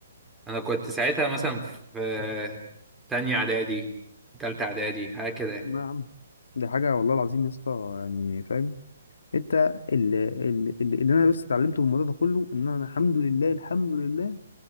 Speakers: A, in the centre; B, on the left.
A: انا كنت ساعتها مثلا في تانية اعدادي تالتة اعدادي هكذا يعني.
B: نعم دي حاجه والله العظيم يا اسطى يعني فاهم انت اللي, اللي, اللي انا بس اتعلمته من الموضوع ده كله ان انا الحمد لله الحمد لله